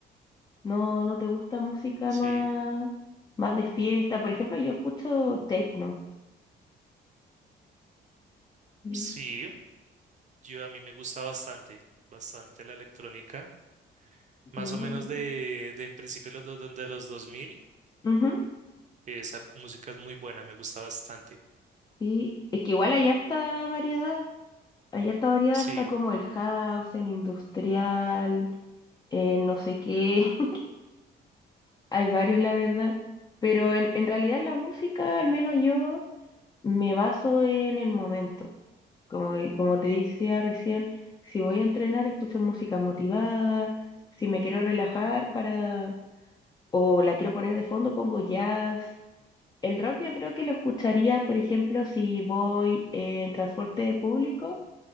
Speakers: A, on the left; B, on the right.
A: No, no te gusta música
B: Sí,
A: más, más de fiesta. Por ejemplo, yo escucho techno. Mm.
B: sí, yo a mí me gusta bastante, bastante la electrónica, más
A: Mm.
B: o menos de, de en principio los dos de los 2000,
A: Ujú.
B: esa música es muy buena, me gusta bastante.
A: Sí, es que igual hay harta variedad. Hay alta variedad,
B: Sí,
A: está como el house, el industrial, el no sé qué. <laughs> Hay varios, la verdad. Pero en, en realidad la música, al menos yo, me baso en el momento. Como, eh, como te decía recién, si voy a entrenar, escucho música motivada. Si me quiero relajar para, o la quiero poner de fondo, pongo jazz. El rock yo creo que lo escucharía, por ejemplo, si voy en transporte público,